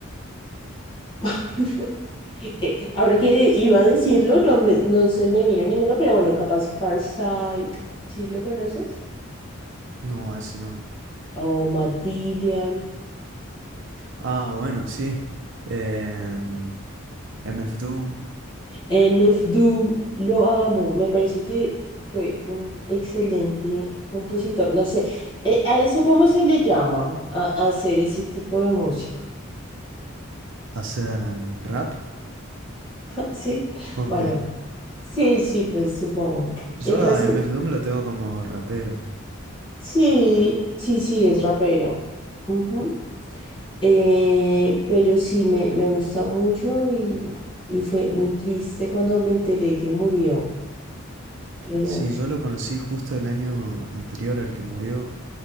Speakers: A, on the left; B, on the right.
A: <laughs> eh, Ahora que iba a decirlo, no, me- no se me vino ninguno, pero bueno, capaz Farsight, ¿sí lo conoces?
B: No, ese no.
A: O Matt Billion.
B: Ah, bueno, sí. Em, MF Doom,
A: MF Doom, lo amo, me parece que fue un excelente compositor. No sé, eh, ¿a eso cómo se le llama? A, a hacer ese tipo de música. <laughs>
B: hacer em, rap.
A: Sí,
B: Ok.
A: bueno, sí, sí, pues supongo.
B: Yo
A: El
B: a
A: caso,
B: MF Doom lo tengo como rapero.
A: sí, sí, sí, es rapero. Ujú. Eh, pero sí, me, me gusta mucho y, y fue muy triste cuando me enteré que murió, pero
B: Sí,
A: sí.
B: yo lo conocí justo el año anterior al que murió,